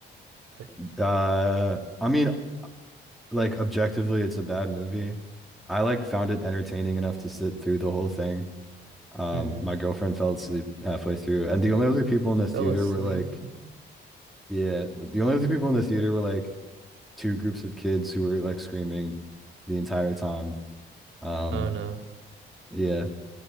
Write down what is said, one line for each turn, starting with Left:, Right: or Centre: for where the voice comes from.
Right: I
Centre: Uh, I mean, like objectively, it's a bad movie. I like found it entertaining enough to sit through the whole thing. Um,
Right: hmm
Centre: my girlfriend fell asleep halfway through, and the only other people in the theater
Right: Fell asleep.
Centre: were like,
Right: Oh
Centre: yeah, the only other people in the theater were like two groups of kids who were like screaming the entire time. Um,
Right: oh, no.
Centre: yeah,